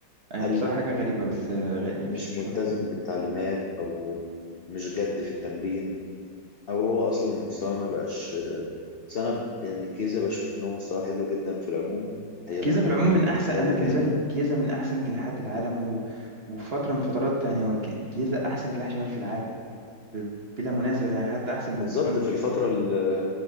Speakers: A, on the right; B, on the left.
A: يعني
B: هل
A: بصراحة حاجة غريبة
B: لأنه
A: بس آه، غ- مش
B: مش
A: مش
B: ملتزم
A: مفهوم
B: بالتعليمات أو مش جد في التمرين أو هو أصلا مستواه ما بقاش بس أنا ب- يعني كيزا بشوف إن هو مستواه حلو جدا في العموم أيام
A: كيزا
B: ما كان
A: في العموم
B: بي-
A: من أحسن
B: بيشارك
A: أنا بالنسبة
B: يعني
A: لي كيزا من أحسن جناحات العالم و... وفي فترة من فترات يعني هو ك- كيزا أحسن جناح شمال في العالم ب... بلا منازع يعني حتى أحسن من
B: بالظبط
A: سون
B: في الفترة اللي,